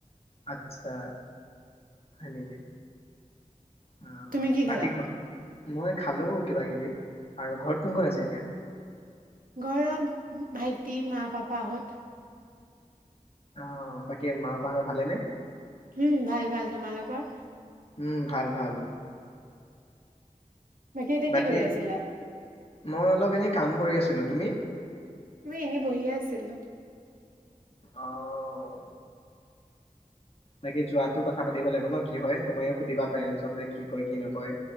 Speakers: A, on the left; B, on the right.
A: আচ্ছা হয় নেকি আহ,
B: তুমি কি
A: বাকী
B: খালা
A: ঘ মই খালো কিবা কিবি আৰু ঘৰত কোন কোন আছে এতিয়া।
B: ঘৰত ভাইটি মা পাপা হত
A: আহ বাকী মা পাপাৰ হতৰ ভালে নে
B: উম ভাল ভাল তোমালোকৰ
A: উম ভাল ভাল
B: এতিয়া
A: বাকী
B: কি কৰি আছিলা?
A: মই অলপ এনে কাম কৰি আছিলোঁ তুমি
B: মই এনে বহিয়ে আছিলোঁ
A: আও বাকি যোৱাতো কথা পাতিব লাগিব ন কি হয় তুমি সুধিবা পেৰেনচ যে কি কয় কি নকয়